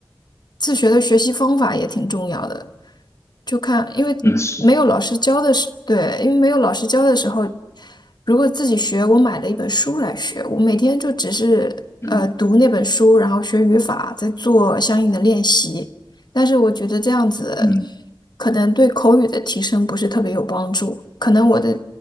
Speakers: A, on the left; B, on the left.
A: 自学的学习方法也挺重要的。就看，因为没有老师教的时，
B: 嗯，是，
A: 对，因为没有老师教的时候，如果自己学，我买了一本书来学，我每天就只是呃读那本书，
B: 嗯
A: 然后学语法，再做相应的练习。但是我觉得这样子
B: 嗯。
A: 可能对口语的提升不是特别有帮助，可能我的